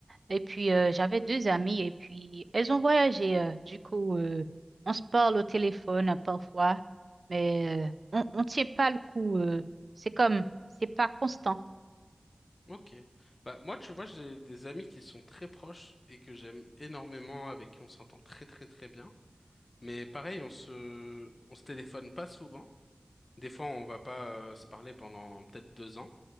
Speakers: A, on the right; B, on the left.
A: Et puis, euh, j'avais deux amies et puis elles ont voyagé. euh, du coup, euh, on se parle au téléphone euh, parfois, mais euh, on ne tient pas le coup. euh, c'est comme, c'est pas constant.
B: Ok. Bah, moi, tu vois, j'ai des amis qui sont très proches et que j'aime énormément, avec qui on s'entend très très très bien. Mais pareil, on se, on se téléphone pas souvent. Des fois, on va pas euh, se parler pendant peut-être deux ans.